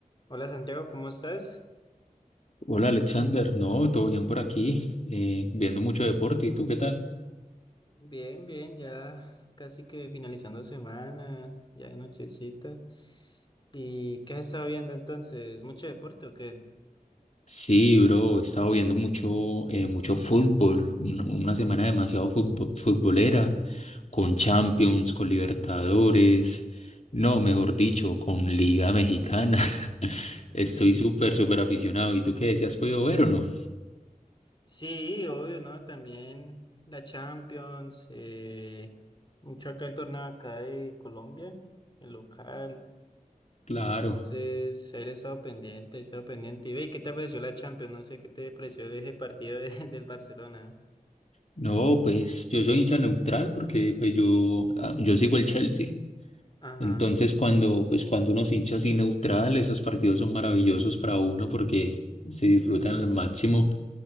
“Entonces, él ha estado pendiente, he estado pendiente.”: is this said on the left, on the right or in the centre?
Left